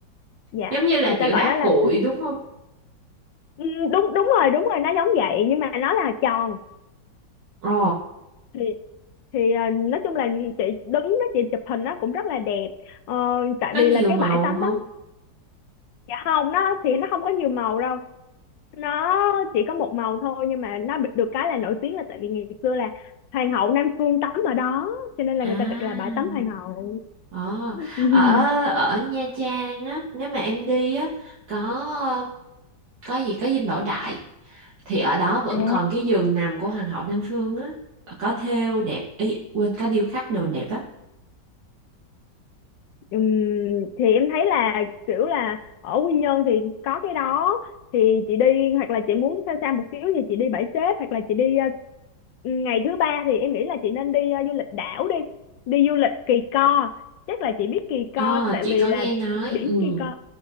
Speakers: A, on the left; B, on the right.
A: dạ
B: giống như là
A: người ta
B: kiểu đá
A: gọi đó là
B: cuội đúng không
A: ừ, đúng đúng rồi đúng rồi nó giống vậy nhưng mà nó là tròn
B: ồ
A: thì thì ờ, nói chung là chị đứng đó chị chụp hình nó cũng rất là đẹp Ờ, tại
B: có
A: vì
B: nhiều
A: là cái
B: màu
A: bãi tắm
B: không
A: đó dạ không nó thì nó không có nhiều màu đâu nó chỉ có một màu thôi nhưng mà nó bị- được cái là nổi tiếng là tại vì ngày xưa là hoàng hậu Nam Phương tắm ở đó cho nên là
B: à
A: người ta đặt là bãi tắm hoàng hậu
B: ờ
A: <laughs>
B: ở ở Nha Trang á nếu mà em đi á có có gì có Dinh Bảo Đại thì ở đó vẫn
A: À,
B: còn cái giường nằm của Hoàng hậu Nam Phương á có thêu đẹp ý quên có điêu khắc đồ đẹp lắm
A: Ừm, thì em thấy là kiểu là ở Quy Nhơn thì có cái đó thì chị đi hoặc là chị muốn xa xa một xíu thì chị đi Bãi Xếp hoặc là chị đi ờ, ngày thứ ba thì em nghĩ là chị nên đi ờ, du lịch đảo đi đi du lịch Kỳ Co chắc là chị biết Kỳ
B: ờ
A: Co tại
B: chị
A: vì
B: có
A: là
B: nghe nói
A: biển
B: ừ
A: Kỳ Co